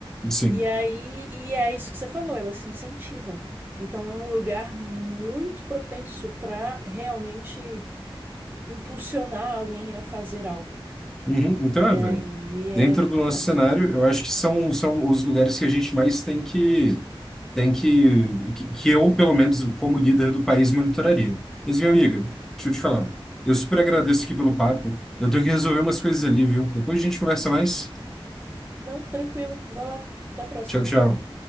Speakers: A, in the centre; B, on the right (about 20°).
A: Sim.
B: E aí, e é isso que você falou, elas se incentivam. Então é um lugar muito propenso para realmente impulsionar alguém a fazer algo.
A: Uhum. Então,
B: E
A: é, velho.
B: aí é
A: Dentro
B: complexo.
A: do nosso cenário, eu acho que são, são os lugares que a gente mais tem que, tem que, que, que eu, pelo menos, como líder do país, monitoraria. Mas, minha amiga, deixa eu te falar. Eu super agradeço aqui pelo
B: Hum,
A: papo. Eu tenho que resolver umas coisas ali, viu? Depois a gente conversa mais.
B: não, tranquilo. Vai lá. Até a próxima.
A: Tchau, tchau.